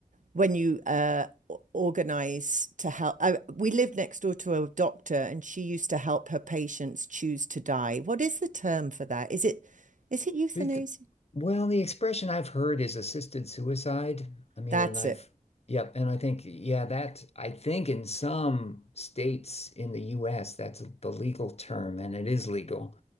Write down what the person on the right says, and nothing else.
when you uh o- organize to help? I, we live next door to a doctor, and she used to help her patients choose to die. What is the term for that? Is it is it euthanasia?
That's
it.